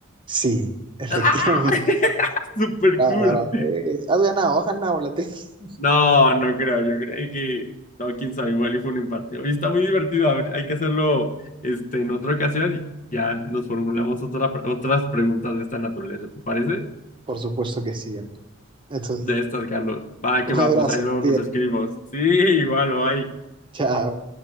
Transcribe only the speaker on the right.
Sí, efectivamente.
Bravo,
bravo. Eh, has ganado, has ganado la tesis.
Por supuesto que sí, hermano. Entonces,
un
abrazo,
cuídate.
Chao.